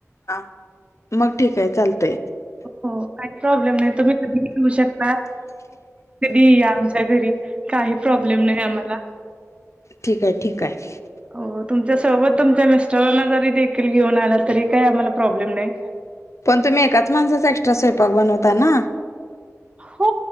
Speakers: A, on the left (about 65°); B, on the right (about 20°).
A: हा मग ठीक आहे चालतंय.
B: हो हो काही प्रॉब्लेम नाही तुम्ही कधी घेऊ <unintelligible> शकता. कधीही या आमच्या घरी काही प्रॉब्लेम नाही आम्हाला.
A: ठीक आहे ठीक आहे.
B: हो तुमच्यासोबत तुमच्या मिस्टरांना जरी देखील घेऊन आला तरी काही आम्हाला प्रॉब्लेम नाही.
A: पण तुम्ही एकाच माणसाचा एक्स्ट्रा स्वयंपाक बनवताय ना?
B: हो